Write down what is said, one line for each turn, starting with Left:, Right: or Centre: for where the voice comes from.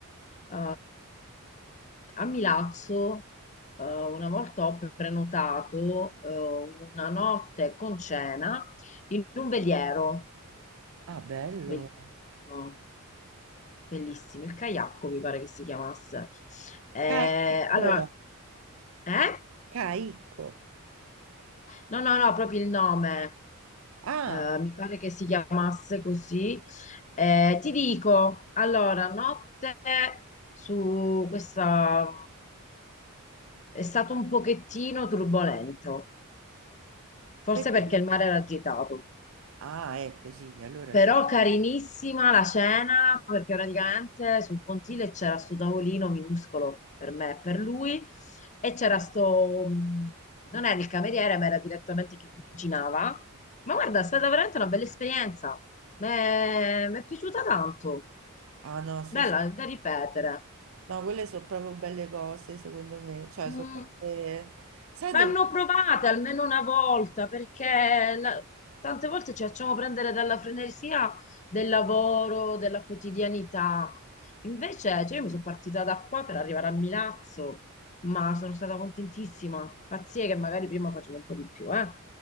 Left: Eh, a Milazzo, eh, una volta ho prenotato, eh, una notte con cena in un veliero,
Right: Ah, bello.
Left: bellissimo, bellissimo, il Caiacco mi pare che si chiamasse. Eh,
Right: Caicco.
Left: allora, eh?
Right: Caicco.
Left: No, no, no, proprio il nome.
Right: Ah,
Left: Eh, mi pare che si chiamasse così. Eh, ti dico, allora, notte su questa è stato un pochettino turbolento, forse
Right: perché?
Left: perché il mare era agitato.
Right: Ah, è così, allora
Left: Però
Right: sì.
Left: carinissima la cena, perché praticamente sul pontile c'era sto tavolino minuscolo per me e per lui, e c'era sto, mh, non era il cameriere, ma era direttamente chi cucinava. Ma guarda, è stata veramente una bella esperienza. Mi è piaciuta tanto,
Right: Ah, no, sì,
Left: bella
Right: sì.
Left: da ripetere.
Right: No, quelle sono proprio belle cose, secondo me. Cioè,
Left: Mm,
Right: sono cose... Sai
Left: vanno
Right: dove...
Left: provate almeno una volta, perché la- tante volte ci facciamo prendere dalla frenesia del lavoro, della quotidianità. Invece, cioè, io mi sono partita da qua per arrivare a Milazzo, ma sono stata contentissima. Pazzie che magari prima facevo un po' di più, eh.